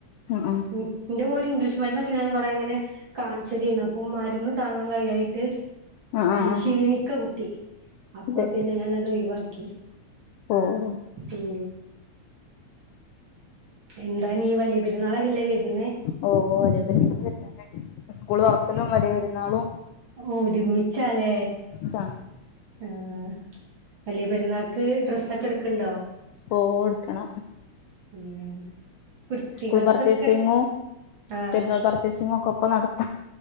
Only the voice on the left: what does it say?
ആഹ് ആഹ്
ആഹ് ആഹ് ആഹ്
അതെ
ഓഹ്
ഓ വലിയ പെരുന്നാള് വരാറായി സ്കൂൾ തൊറക്കലും വലിയ പെരുന്നാളും
സം
ഓ ഇട്ക്കണം
സ്കൂൾ പർച്ചേസിങ്ങും
പെരുന്നാൾ പർച്ചേസിങ്ങും ഒക്കെ ഒപ്പം നടത്താം